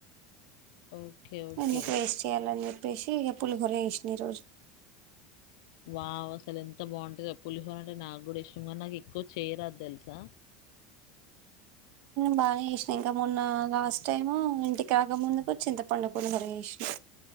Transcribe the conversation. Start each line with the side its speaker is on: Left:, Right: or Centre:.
Left: ఓకే. ఓకే.
Right: ఎందుకు వేస్ట్ చెయ్యాలని చెప్ ప్పేసి ఇగ పులిహోర చేసిన ఈరోజు
Left: వావ్ అస్ సలు ఎంత బావుంటదో పులిహోర అంటే నాకు కూడా ఇష్టం కానీ నాకు ఎక్కువ చెయ్యరాదు తెలుసా
Right: బానే చేసినా ఇంకా మొన్న లాస్ట్ టైము ఇంటికి రాకముందుకు చింతపండు పులిహోర చేసినా